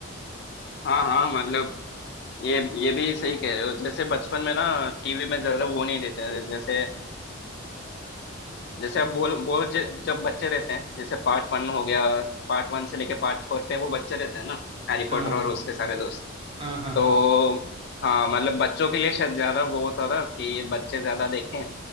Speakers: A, on the left; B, on the right.
A: हाँ हाँ मतलब ये ये भी सही कह रहे हो जैसे बचपन में ना टीवी में ज्यादा वो नहीं देते हैं जैसे आ, जैसे अब बोल बोल ज- जब बच्चे रहते हैं जैसे पार्ट वन हो गया पार्ट वन से लेके पार्ट फोर पे वो बच्चे रहते हैं ना हैरी
B: हाँ
A: पॉटर और उसके सारे दोस्त
B: हाँ हाँ
A: तो
B: हाँ
A: हाँ मतलब बच्चों के लिए शायद ज्यादा वो होता था कि ये बच्चे ज्यादा देखें